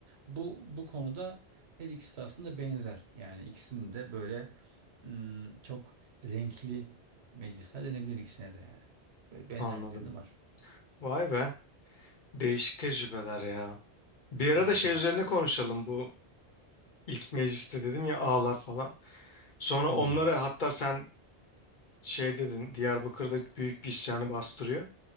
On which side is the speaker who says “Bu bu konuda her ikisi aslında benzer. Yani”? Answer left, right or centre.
Right